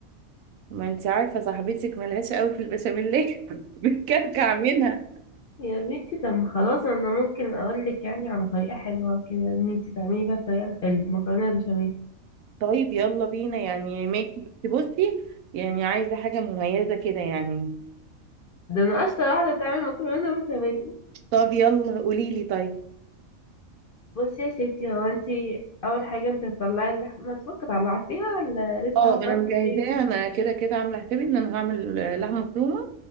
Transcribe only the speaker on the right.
ما انت عارفة صاحبتك ملهاش قوي في البشاميل <laughs> بتكلكع منها
طيب يلا بينا يعني ماشي بس بصي يعني عايزة حاجة مميزة كده يعني
طب يلا قوليلي طيب
اه
انا مجهزاه
انا كده كده عامله حسابي ان انا هعمل آه، لحمه مفرومه